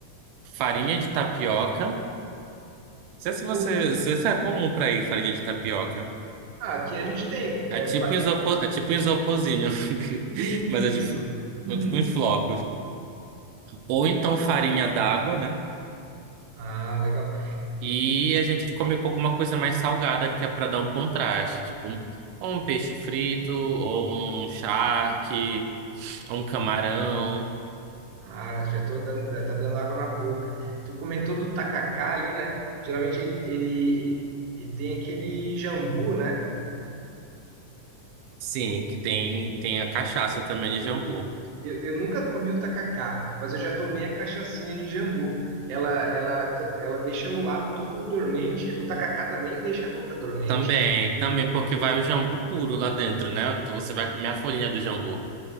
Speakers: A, on the right; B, on the right.
A: farinha de tapioca. Não sei se você,
B: Hum,
A: não sei se isso é comum pra ir farinha de tapioca.
B: Ah, aqui a gente tem,
A: É
B: é,
A: tipo
B: fa-
A: um isopo- é tipo um isoporzinho, <laughs>
B: isso,
A: mas é,
B: isso.
A: de,
B: Uhum.
A: é tipo uns flocos. Ou então farinha d'água, né?
B: Ah, legal.
A: E a gente come com alguma coisa mais salgada que é para dar um contraste, tipo um, ou um peixe frito, ou um charque, ou um camarão.
B: Ah, já tô dando, já tá dando água na boca. Tu comentou do tacacá ali, né? Geralmente ele, ele, ele, ele tem aquele jambu, né?
A: Sim, que tem, tem a cachaça também de jambu.
B: Eu, eu nunca comi o tacacá, mas eu já tomei a cachaçinha de jambu. Ela, ela, to- ela deixa o lábio todo dormente. O tacacá também deixa a boca dormente?
A: Também, também, porque vai o jambu puro lá dentro, né? Tu- Você vai comer a folhinha do jambu.